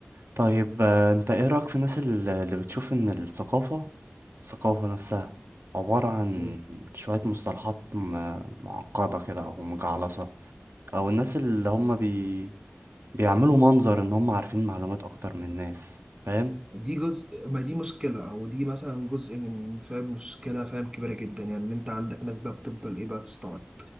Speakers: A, on the right (about 70°); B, on the right (about 20°).
A: طيب آه، انت ايه رأيك في الناس ال- اللي بتشوف ان الثقافة الثقافة نفسها عبارة عن
B: مم.
A: شوية مصطلحات م- معقدة كده او مجعلصة او الناس اللي هم بي... بيعملوا منظر ان هم عارفين معلومات اكتر من الناس فاهم
B: دي جزء ما دي مشكلة أو دي مثلا جزء من فاهم مشكلة فاهم كبيرة جدا يعني إن أنت عندك ناس بقى بتفضل إيه بقى تستعد